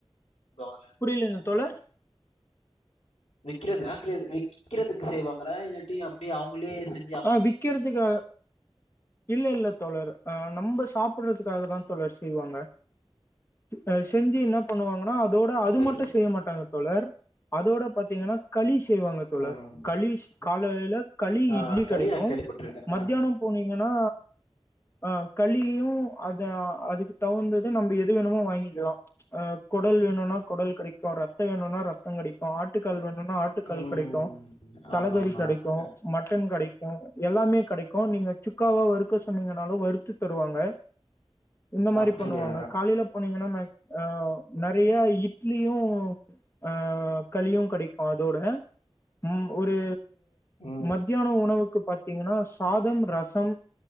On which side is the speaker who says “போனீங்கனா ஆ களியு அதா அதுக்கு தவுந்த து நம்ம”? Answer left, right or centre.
Left